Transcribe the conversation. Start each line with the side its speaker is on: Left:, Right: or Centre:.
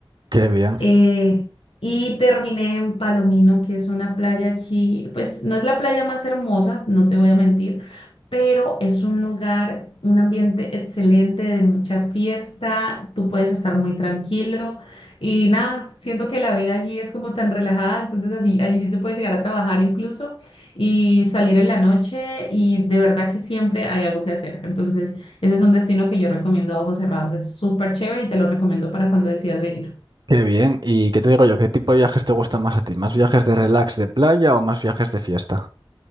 Right: qué bien,
Left: eh, y terminé en Palomino, que es una playa aquí, pues no es la playa más hermosa, no te voy a mentir, pero es un lugar, un ambiente excelente de mucha fiesta, tú puedes estar muy tranquilo y nada, siento que la vida allí es como tan relajada, entonces así, allí sí te puedes llegar a trabajar incluso y salir en la noche y de verdad que siempre hay algo que hacer, entonces ese es un destino que yo recomiendo a ojos cerrados, es súper chévere y te lo recomiendo para cuando decidas venir.
Right: qué bien. ¿Y qué te digo yo? ¿Qué tipo de viajes te gustan más a ti? ¿Más viajes de relax de playa o más viajes de fiesta?